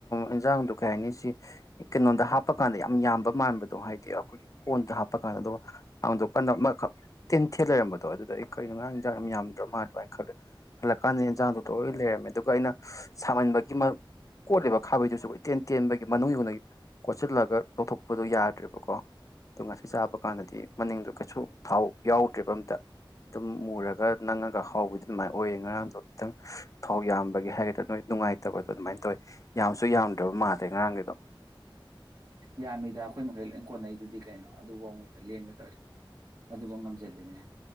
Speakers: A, on the left; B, on the right.
A: ꯏꯟꯖꯥꯡꯗꯣ ꯀꯩ ꯍꯥꯏꯅꯤ ꯁꯤ ꯀꯩꯅꯣꯗ ꯍꯥꯞꯄ ꯀꯥꯟꯗ ꯌꯥꯝ ꯌꯥꯝꯕ ꯃꯥꯟꯕꯗꯣ ꯍꯥꯏꯗꯤ ꯑꯩꯈꯣꯏꯒꯤ ꯀꯣꯟꯗ ꯍꯥꯞꯄ ꯀꯥꯟꯗ ꯑꯗꯨꯒ ꯑꯉꯥꯡꯗꯣ ꯀꯟꯅ ꯇꯦꯟꯊꯦꯜ ꯂꯩꯔꯝꯕꯗꯣ ꯑꯗꯨꯗ ꯑꯩ ꯀꯩꯅꯣꯔꯥꯡ ꯌꯦꯟꯖꯥꯡ ꯌꯥꯝ ꯌꯥꯝꯗ꯭ꯔꯣ ꯃꯥꯜꯂ꯭ꯔꯣ ꯍꯥꯏꯅ ꯈꯜꯂꯦ ꯍꯜꯂꯛꯀꯥꯟꯗ ꯏꯟꯖꯥꯡꯗꯣ ꯂꯣꯏ ꯂꯩꯔꯝꯃꯦ ꯑꯗꯨꯒ ꯑꯩꯅ ꯁꯥꯃꯟꯕꯒꯤ ꯑꯝ ꯀꯣꯠꯂꯤꯕ ꯈꯥꯕꯩꯗꯨꯁꯨ ꯑꯩꯈꯣꯏ ꯇꯦꯟ ꯇꯦꯟꯕꯒꯤ ꯃꯅꯨꯡ ꯀꯣꯠꯁꯤꯜꯂꯒ ꯂꯧꯊꯣꯛꯄꯗꯣ ꯌꯥꯗ꯭ꯔꯦꯕꯀꯣ ꯑꯗꯣ ꯉꯁꯤ ꯆꯥꯕ ꯀꯥꯟꯗꯗꯤ ꯃꯅꯤꯡꯗꯣ ꯀꯩꯁꯨ ꯊꯥꯎ ꯌꯥꯎꯗ꯭ꯔꯤꯕ ꯑꯝꯇ ꯑꯗꯨꯝ ꯃꯨꯔꯒ ꯅꯪꯉꯒ ꯍꯥꯎꯕꯗꯤ ꯑꯗꯨꯃꯥꯏꯅ ꯑꯣꯏꯌꯦ ꯉꯔꯥꯡꯗꯣ ꯈꯤꯇꯪ ꯊꯥꯎ ꯌꯥꯝꯕꯒꯤ ꯍꯥꯏꯒꯗ꯭ꯔꯥ ꯅꯣꯏ ꯅꯨꯡꯉꯥꯏꯇꯕꯗꯣ ꯑꯗꯨꯃꯥꯏꯅ ꯇꯧꯑꯦ ꯌꯥꯝꯁꯨ ꯌꯥꯝꯗ꯭ꯔꯕ ꯃꯥꯗꯦ ꯉꯔꯥꯡꯒꯤꯗꯣ
B: ꯌꯥꯝꯃꯤꯗ ꯑꯩꯈꯣꯏ ꯃꯈꯩ ꯂꯣꯏ ꯀꯣꯟꯅꯩꯗꯨꯗꯤ ꯀꯩꯅꯣ ꯑꯗꯨꯐꯧꯉꯩꯗ ꯂꯦꯡꯒꯦ ꯇꯧꯔꯤ ꯑꯗꯨꯕꯨ ꯉꯝꯁꯤꯜꯂꯤꯅꯦ